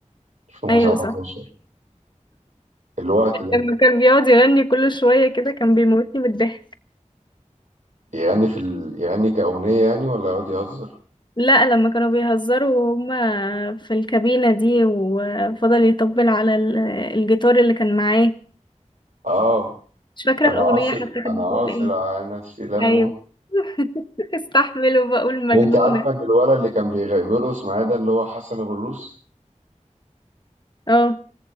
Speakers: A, on the right (about 70°); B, on the left (about 35°).
A: 2017
B: ايوه صح
A: الوقت ده
B: لما كان بيقعد يغني كل شويه كده كان بيموتني بالضحك
A: يغني في ال... يغني كأغنية يعني ولا يقعد يهزر
B: لا لما كانوا بيهزروا وهما في الكابينه دي وفضل يطبل على ال- الجيتار اللي كان معاه
A: آه
B: مش فاكره
A: انا
B: الاغنيه
A: عاصر
B: حتى كانت
A: انا
B: بتقول
A: عاصر
B: ايه
A: على نفسي لموت
B: ايوه <laughs> استحمل وبقول مجنونة
A: وانت عارفه ان الولد اللي كان بيغ- بيرقص معايا ده اللي هو حسن ابو الروس
B: اه